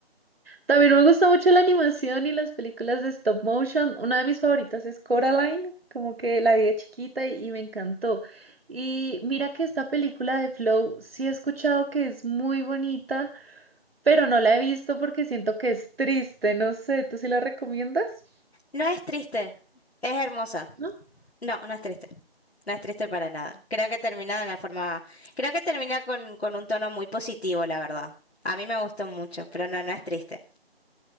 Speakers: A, on the right; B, on the left.
A: También me gusta mucho la animación y las películas de stop motion. Una de mis favoritas es Coraline, como que la vi de chiquita y, y me encantó. Y mira que esta película de Flow sí he escuchado que es muy bonita, pero no la he visto porque siento que es triste. No sé, ¿tú sí la recomiendas?
B: No es triste, es hermosa.
A: No,
B: No, no es triste. No es triste para nada. Creo que termina de la forma. Creo que termina con, con un tono muy positivo, la verdad. A mí me gustó mucho, pero no, no es triste.